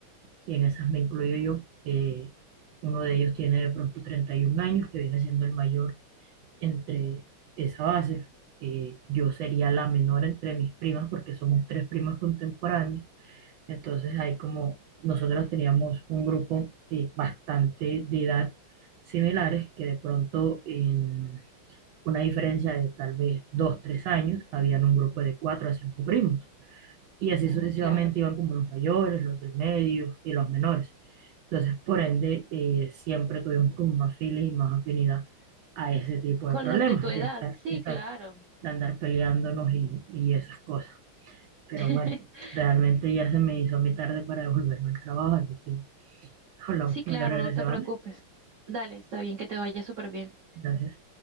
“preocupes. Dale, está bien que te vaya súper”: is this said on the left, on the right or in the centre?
Right